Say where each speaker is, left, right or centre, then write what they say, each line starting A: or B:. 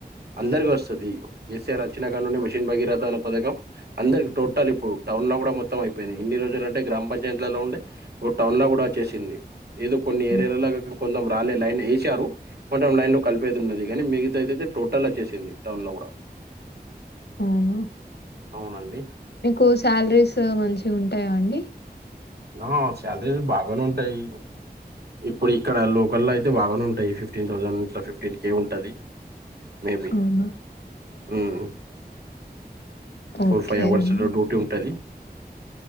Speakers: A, on the right (about 75°); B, on the left (about 85°).
A: అందరికి వస్తది కేసీఆర్ వచ్చినా కాడి నుండి మిషిన్ భగీరథ పథకం అందరికి టోటల్ ఇప్పుడు టౌన్ లా కూడా మొత్తం అయిపోయినాయి ఇన్ని రోజులు అంటే గ్రామ పంచాయతీలల్లో ఉండే ఇప్పుడు టౌన్ లా కూడా వచ్చేసింది ఏదో. కొన్ని ఏరియాల
B: ఆ,
A: లాగా కొంచం రాలే లైన్ వేసారు. కొంచెం లైన్ లో కలిపేది ఉన్నది. కానీ మిగతాదయితే టోటల్ వచ్చేసింది. టౌన్ లో కూడా
B: అవునా.
A: అవునండి
B: మీకు శాలరీస్ మంచిగుంటు ఉంటాయా అండి.
A: ఆహ్ సాలరీస్ బాగానే ఉంటాయి. ఇప్పుడు ఇక్కడ లోకల్లో అయితే బాగానే ఉంటాయి. ఫిఫ్టీన్ థౌజండ్ ఇట్లా ఫిఫ్టీన్ కే ఉంటది. మేబి
B: అవునా
A: ఉమ్మ్ ఫోర్
B: ఓకే
A: ఫైవ్ అవర్స్
B: అండి
A: డ్యూటీ ఉంటది.